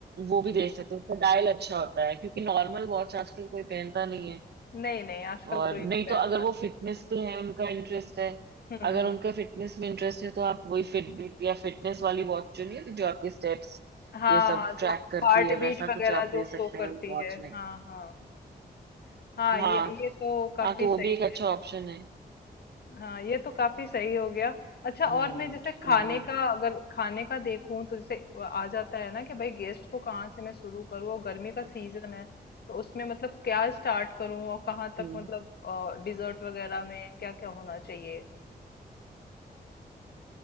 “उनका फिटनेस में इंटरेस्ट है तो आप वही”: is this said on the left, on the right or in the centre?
Right